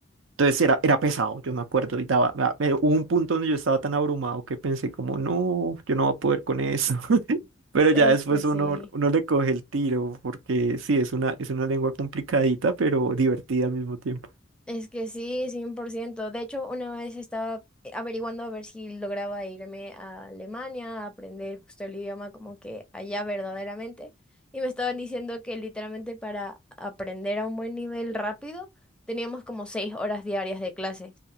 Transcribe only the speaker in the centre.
Es
que sí,
es que sí, cien por ciento De hecho, una vez estaba averiguando a ver si lograba irme a Alemania a aprender justo el idioma como que allá verdaderamente. Y me estaban diciendo que literalmente para aprender a un buen nivel rápido teníamos como seis horas diarias de clases.